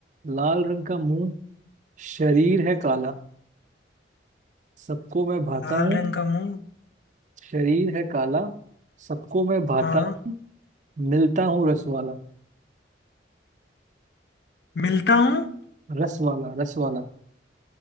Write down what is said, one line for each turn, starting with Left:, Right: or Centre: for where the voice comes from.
Right: लाल रंग का मुंह शरीर है काला सबको मैं भाता
Left: लाल
Right: हूँ
Left: रंग का मुंह
Right: शरीर है काला सबको मैं भाता
Left: हाँ
Right: हूँ मिलता हूँ रस वाला
Left: मिलता हूँ
Right: रस वाला रस वाला